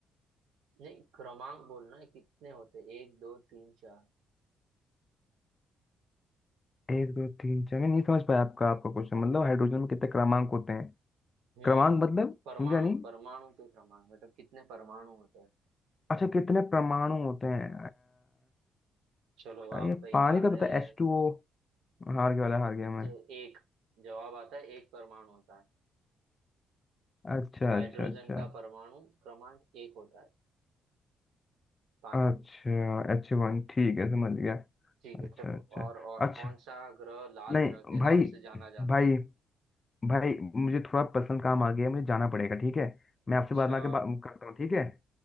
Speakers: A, on the right; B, on the left.
A: नहीं क्रमांक बोलना है कितने होते हैं? एक दो तीन चार
B: एक दो तीन चार मैं नहीं समझ पाया आपका आपका क्वेश्चन मतलब हाइड्रोजन में कितने क्रमांक होते हैं
A: हम्म
B: क्रमांक मतलब
A: परमाणु
B: समझा नहीं
A: परमाणु के क्रमांक मतलब कितने परमाणु होते हैं
B: अच्छा कितने परमाणु होते हैं
A: चलो आप
B: अ, ये
A: भाई
B: पानी
A: हार
B: का
A: रहे
B: पता एच टू ओ हार गया वाला हार गया मैं
A: तो एक जवाब आता है एक परमाणु होता है
B: अच्छा
A: हाइड्रोजन
B: अच्छा अच्छा
A: का परमाणु क्रमांक एक होता है पानी
B: अच्छा
A: में
B: एच वन ठीक है समझ गया
A: ठीक
B: अच्छा
A: है चलो
B: अच्छा
A: और और
B: अच्छा
A: कौन सा ग्रह लाल
B: नहीं
A: ग्रह के
B: भाई
A: नाम से जाना जाता
B: भाई
A: है
B: भाई मुझे थोड़ा पर्सनल काम आ गया है, मुझे जाना पड़ेगा ठीक है मैं
A: अच्छा
B: आपसे बाद में आके बात करता हूँ ठीक है